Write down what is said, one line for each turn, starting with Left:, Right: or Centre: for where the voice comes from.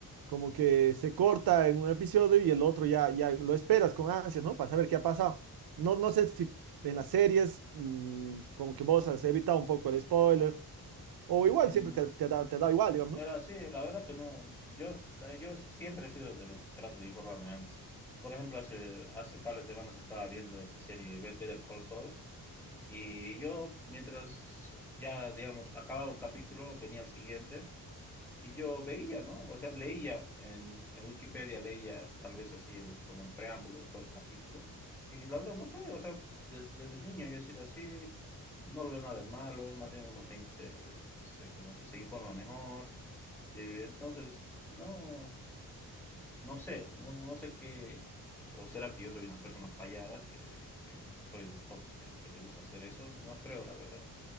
Right: como que se corta en un episodio y el otro ya, ya lo esperas con ansias, ¿no? Para saber qué ha pasado. No, no sé si en las series mm, como que vos has evitado un poco el spoiler o igual
Centre: Mm,
Right: siempre te, te ha dado, te ha dado igual, digamos,
Centre: mira,
Right: ¿no?
Centre: sí, la verdad que no. Yo, s- yo siempre he sido de los que trato de informarme antes. Por ejemplo, hace, hace un par de semanas estaba viendo esta serie Bet- Better Call Saul. Y yo, mientras ya, digamos, acababa un capítulo, venía el siguiente. y yo veía, ¿no? O sea, leía en, en Wikipedia, leía tal vez así el, como el preámbulo de todo el capítulo. Y la verdad, no sé, o sea, des- desde niño yo he sido así, no lo veo nada de malo, más bien uno se, se- se como que se informa mejor. Eh, entonces, no, no sé, no, no sé qué, o será que yo soy una persona fallada, que, que soy de los pocos que, que le gusta hacer eso, no creo, la verdad.